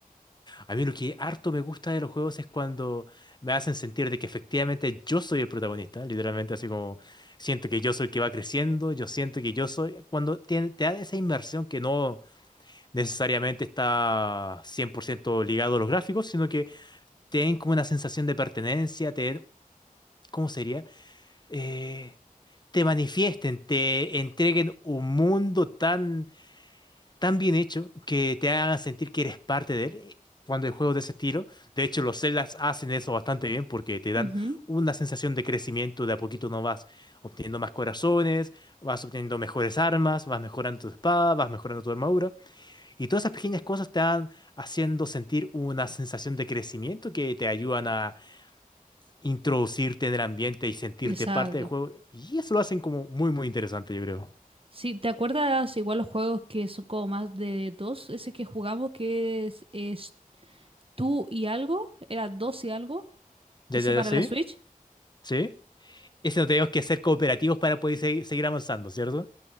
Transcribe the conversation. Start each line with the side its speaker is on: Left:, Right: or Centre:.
Left: A mí lo que harto me gusta de los juegos es cuando me hacen sentir de que efectivamente yo soy el protagonista, literalmente así como siento que yo soy el que va creciendo, yo siento que yo soy, cuando te, te da esa inmersión que no... necesariamente está 100% ligado a los gráficos, sino que te den como una sensación de pertenencia, te den, ¿cómo sería? Eh, te manifiesten, te entreguen un mundo tan, tan bien hecho que te hagan sentir que eres parte de él. eh, Cuando hay juegos de ese estilo, de hecho los Zeldas hacen eso bastante bien porque te dan
Right: Ujú,
Left: una sensación de crecimiento, de a poquito no vas obteniendo más corazones, vas obteniendo mejores armas, vas mejorando tu espada, vas mejorando tu armadura. Y todas esas pequeñas cosas te van haciendo sentir una sensación de crecimiento que te ayudan a introducirte en el ambiente y sentirte
Right: Exacto.
Left: parte del juego. Y eso lo hacen como muy, muy interesante, yo creo.
Right: Sí, ¿te acuerdas igual los juegos que son como más de dos? Ese que jugamos que es, es tú y algo, era dos y algo,
Left: Ya,
Right: ese
Left: ya, ya,
Right: para
Left: sí,
Right: la Switch.
Left: sí. Eso no tenemos que ser cooperativos para poder se- seguir avanzando, ¿cierto?